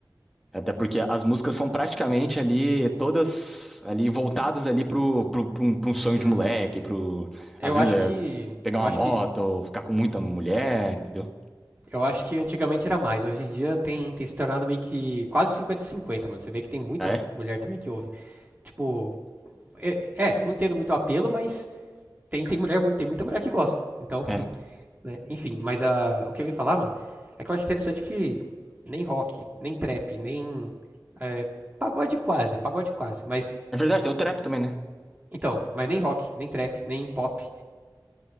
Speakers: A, in the centre; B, on the right (about 20°).
A: Até porque as músicas são praticamente ali, todas ali voltadas ali pro, pro, pro um, pra um sonho
B: Hum,
A: de moleque, pro.
B: eu
A: Às vezes
B: acho
A: é
B: que.
A: pegar
B: Eu
A: uma
B: acho
A: moto
B: que.
A: ou ficar com muita mulher, entendeu?
B: Eu acho que antigamente era mais. Hoje em dia tem, tem se tornado meio que quase 50 cinquenta mano. Você vê que tem muita
A: Ah, É,
B: mulher também que ouve. Tipo, é, é, eu não entendo muito o apelo, mas Tem, tem mulher, tem muita mulher que gosta. Então,
A: é.
B: né? Enfim, mas a, o que eu ia falar, mano, é que eu acho interessante que nem rock, nem trap, nem. é, pagode quase, pagode quase. Mas,
A: É verdade, tem o trap também, né?
B: então, mas nem rock, nem trap, nem pop,